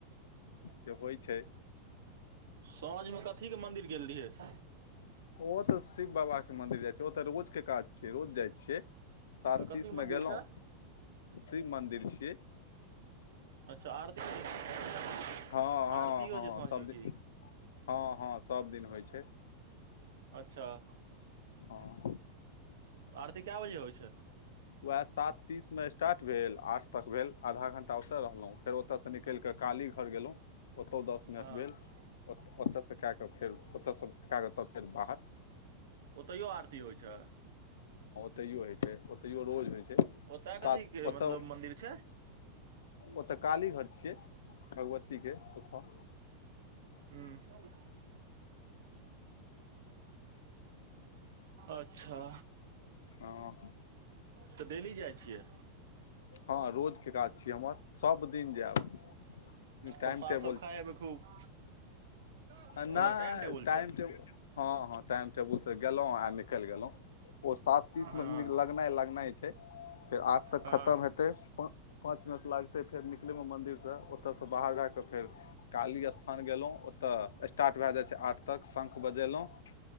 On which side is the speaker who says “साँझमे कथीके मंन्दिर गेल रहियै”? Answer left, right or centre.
Right